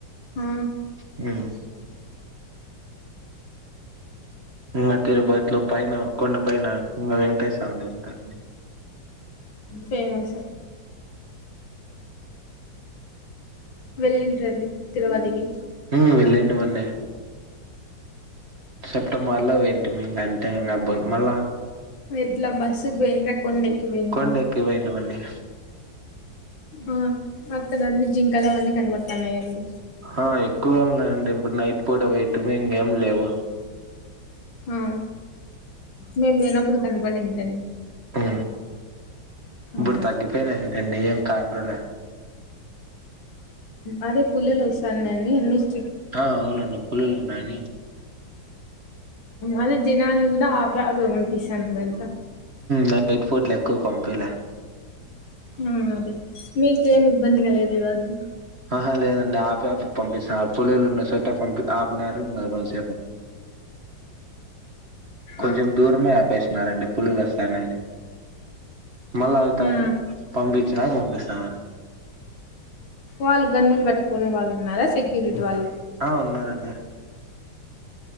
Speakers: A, on the left (about 90°); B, on the right (about 35°).
A: ఆ
B: హ్మ్మ్ ఇకా తిరుపతిలో పైన కొండ పైన ఇ వెంకటేశ చౌండే ఉంటండి
A: ఫేమస్ వెళ్ళంటారండి తిరువాతికి
B: ఉ వెళ్ళింటివండి సెప్టెంబర్ లో వండి అంత మళ్ళ
A: ఎట్లా బస్సుకు పోయిండ్రా కొండెక్కి పోయిండ్రా
B: కొండకి వంట వంటడి
A: ఆ అక్కనన్న జింకాలవన్న కనబడుతున్నాయి అడి
B: ఆ ఎక్కువేమిన్నాయంండి ఇప్పుడు నయిట్పోర్ట్ అవయిటుమి ఎం లేవా
A: ఆ మేము డు కనిబడిండి
B: ఆ ఇప్పుడు
A: ఉమ్
B: తగ్గిపోయినాడి ఏం కానలే
A: అదే పులిలు వస్తానున్ని ఎన్ని స్
B: ఆ అవునండి పులులు ఉన్నాయని
A: అదే జనాాలని కూడా ఆపే ఆపే పంపిస్తానుదంతా
B: నైట్ పూట్లు ఎక్కువ పంపీలా
A: ఉమ్ అదే మీకేమి ఇబ్బంది కలగలేదా అది
B: ఆహా లేదండి ఆపే ఆపి పంపిస్తాను పులీలు ఉన్న సోట పంపి ఆ పినారు ఇం కొసేపు కొంచెం
A: ఆ
B: దూరమే ఆపేష్ న్నారండి పుల్లులు వస్తన యండి మళ్ళ అరితారం
A: ఆ
B: పంపి చానా పంపిస్తా ఆరు
A: వాళ్ళు గన్నులు పెట్టుకునే వాళ్ళు ఉన్నా సెక్యూరిటీ వాళ్ళు
B: ఆ ఉన్నారండి